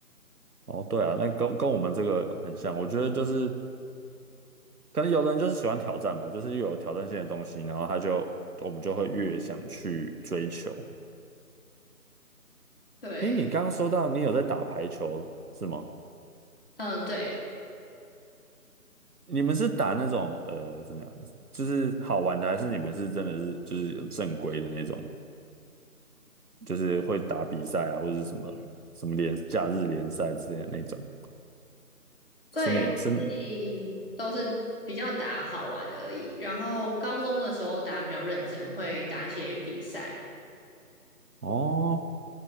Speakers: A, on the right (about 70°); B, on the left (about 35°).
A: 哦，对啊，那跟跟我们这个很像，我觉得就是可能有的人就是喜欢挑战吧，就是越有挑战性的东西，然后他就我们就会越想去追求。
B: 对，
A: 诶，你刚刚说到你有在打排球是吗？
B: 嗯、对。
A: 你们是打那种呃怎么样，就是好玩的，还是你们是真的是就是有正规的那种，就是会打比赛啊，或者是什么什么联假日联赛之类的那种？
B: 最近都是比较打好玩而已，
A: 是那是
B: 然后高中的时候打比较认真，会打一些比赛。
A: 哦，